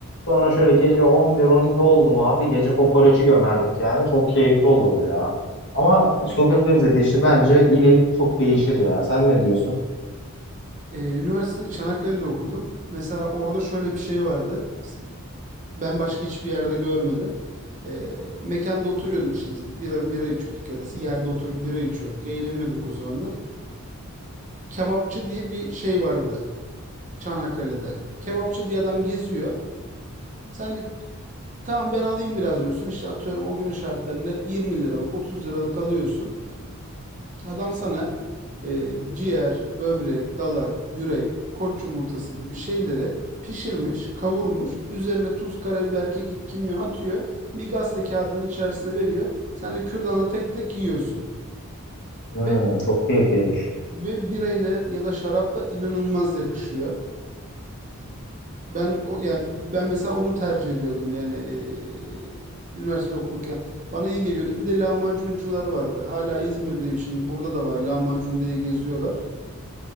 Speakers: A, on the left; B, on the right.
A: Sonra şöyle gece 11-12 oldu mu abi? Gece kokoreçi gömerdik yani. Çok keyifli olurdu ya. Ama sokak lezzeti işi bence il il çok değişir ya. Sen ne diyorsun?
B: E, üniversiteyi Çanakkale'de okudum. Mesela orada şöyle bir şey vardı. Ben başka hiçbir yerde görmedim. Ee, mekanda oturuyorduk işte biz bira bira içiyorduk ya da yerde oturup bira içiyorduk. Eğleniyorduk o zamanlar. Kebapçı diye bir şey vardı Çanakkale'de. Kebapçı diye adam geziyor. Sen de tamam ben alayım biraz diyorsun. İşte atıyorum o günün şartlarını 20 liralık 30 liralık alıyorsun. Adam sana e, ciğer, böbrek, dalak, yürek, koç yumurtası gibi şeyleri pişirmiş, kavurmuş. Üzerine tuz, karabiber, kekik, kimyon atıyor. Bir gazete kağıdının içerisine veriyor. Sen de kürdanla tek tek yiyorsun.
A: Hmm,
B: Ve
A: çok keyifliymiş.
B: ve birayla ya da şarapla inanılmaz yakışıyor. Ben o yani ben mesela onu tercih ediyordum yani e, üniversite okurken. Bana iyi geliyordu. Bir de lahmacuncular vardı. Hala İzmir'deyim şimdi. Burada da var lahmacun diye geziyorlar.